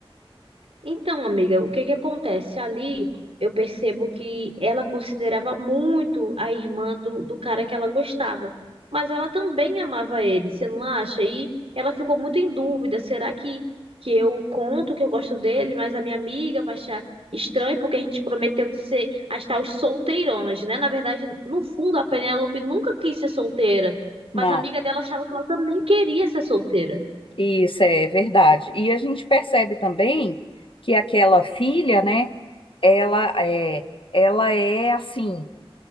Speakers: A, on the right; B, on the left.
A: Então, amiga, o que que acontece? Ali eu percebo que ela considerava muito a irmã do, do cara que ela gostava, mas ela também amava ele, você não acha? E ela ficou muito em dúvida: será que, que eu conto que eu gosto dele, mas a minha amiga vai achar estranho porque a gente prometeu de ser as tais solteironas, né? Na verdade, no fundo, a Penélope nunca quis ser solteira, mas
B: Não,
A: a amiga dela achava que ela também queria ser solteira.
B: isso é verdade. E a gente percebe também que aquela filha, né, ela é, ela é assim,